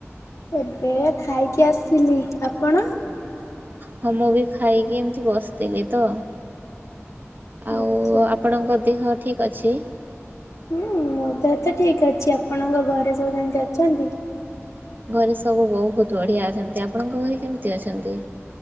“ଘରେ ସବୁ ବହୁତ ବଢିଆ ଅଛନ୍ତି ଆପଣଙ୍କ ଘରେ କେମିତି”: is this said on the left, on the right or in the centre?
Right